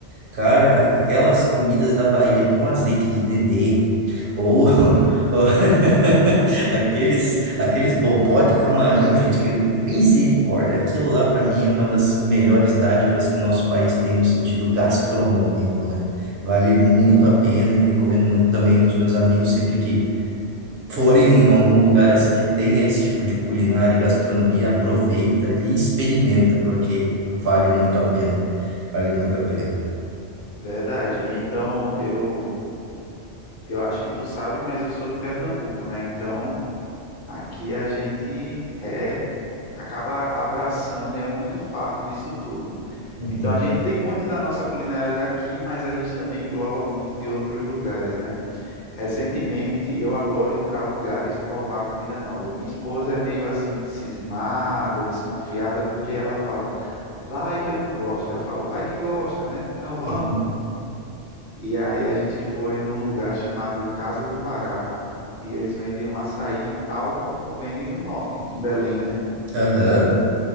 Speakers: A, on the right; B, on the left.
A: Cara, aquelas comidas da Bahia com azeite de dendê, ou, <laughs>
B: Eita,
A: ou <laughs> aqueles, aqueles bobó de camarão, gente, que misericórdia. Aquilo lá, para mim, é uma das melhores dádivas que o nosso país tem no sentido gastronômico, né? Vale muito a pena e recomendo muito também os meus amigos sempre que forem em algum lugar assim que tenha esse tipo de culinária e gastronomia, aproveita e experimenta, porque vale muito a pena. Vale muito a pena.
B: verdade. Então eu eu acho que tu sabe, mas eu sou de Pernambuco, né? Então aqui a gente é acaba abraçando, e é muito farto disso tudo.
A: Uhum.
B: Então a gente tem muito da nossa culinária daqui, mas a gente também engloba muito de outros lugares, né? Recentemente eu adoro ir para lugares provar comida nova. Minha esposa é meio assim cismada, desconfiada, porque ela fala: "Vai que eu não gosto". Eu falo: "Vai que gosta, né? Então vamos".
A: Uhum.
B: E aí a gente foi num lugar chamado Casa do Pará. E eles vendem um açaí tal como vendem no norte, em Belém, né?
A: Aham.